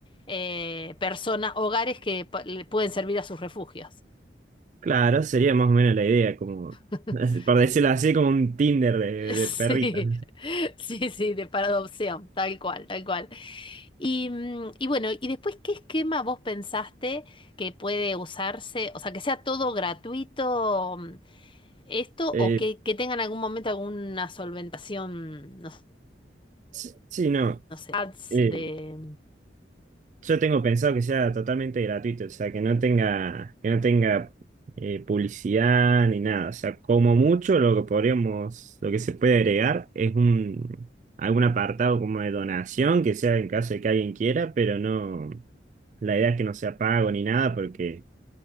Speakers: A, on the left; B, on the right.
A: eh, personas, hogares que pa- le pueden servir a sus refugios.
B: claro, sería más o menos la idea, como,
A: <laughs>
B: <laughs> por decirlo así, como un Tinder de,
A: Sí,
B: de perritas.
A: sí, sí, de para adopción, tal cual, tal cual. Y, mm, y bueno, y después, ¿qué esquema vos pensaste que puede usarse? O sea, que sea todo gratuito mm, esto
B: Eh,
A: o que, que tengan algún momento alguna solventación, no, s-
B: sí, sí, no.
A: no sé, ads
B: eh,
A: de...
B: Yo tengo pensado que sea totalmente gratuito, o sea, que no tenga, que no tenga eh, publicidad ni nada. O sea, como mucho lo que podríamos, lo que se puede agregar es un algún apartado como de donación, que sea en caso de que alguien quiera, pero no, la idea es que no sea pago ni nada, porque